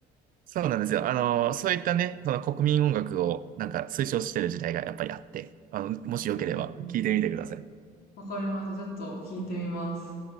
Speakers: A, on the right; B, on the left.
A: そうなんですよ。あの、そういったね、その国民音楽をなんか推奨してる時代がやっぱりあって、あの、
B: <laughs>
A: もしよければ聞いてみてください。
B: へえ。わかりました。ちょっと聞いてみます。